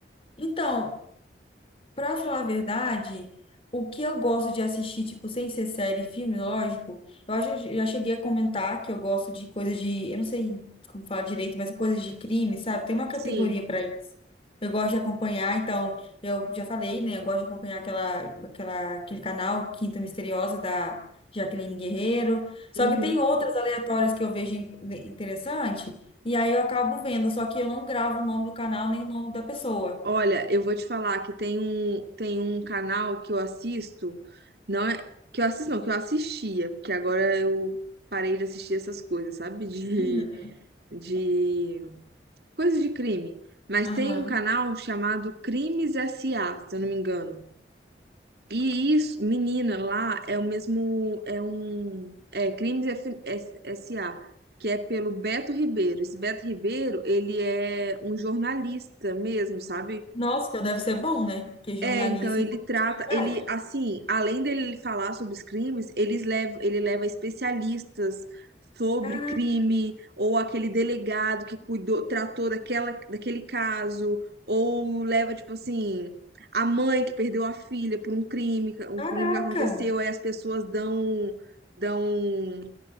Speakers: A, on the left; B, on the right.
A: então, Pra falar a verdade, o que eu gosto de assistir, tipo, sem ser série e filme, lógico, eu acho, eu já cheguei a comentar que eu gosto de coisas de, eu não sei como falar direito, mas coisas de crime, sabe? Tem uma categoria
B: Sim.
A: pra isso. Eu gosto de acompanhar, então, eu já falei, né? Eu gosto de acompanhar aquela, aquela, aquele canal Quinta Misteriosa da Jaqueline Guerreiro. Só
B: Uhum.
A: que tem outras aleatórias que eu vejo in- né, interessante, e aí eu acabo vendo, só que eu não gravo o nome do canal nem o nome da pessoa.
B: Olha, eu vou te falar que tem um, tem um canal que eu assisto, não é, que eu assisto, não, que eu assistia, porque agora eu parei de assistir essas coisas, sabe? De,
A: Uhum.
B: de coisa de crime. Mas
A: Aham.
B: tem um canal chamado Crimes S.A., se eu não me engano. E isso, menina, lá é o mesmo, é um, é Crimes F- S- S.A., que é pelo Beto Ribeiro. Esse Beto Ribeiro, ele é um jornalista mesmo, sabe?
A: Nossa, então deve ser bom, né? Porque jornalismo
B: É, então ele trata,
A: é verdade.
B: ele assim, além dele falar sobre os crimes, eles levam, ele leva especialistas sobre
A: Cara-
B: crime, ou aquele delegado que cuidou, tratou daquela, daquele caso, ou leva, tipo assim, a mãe que perdeu a filha por um crime, um
A: Caraca!
B: crime que aconteceu, aí as pessoas dão, dão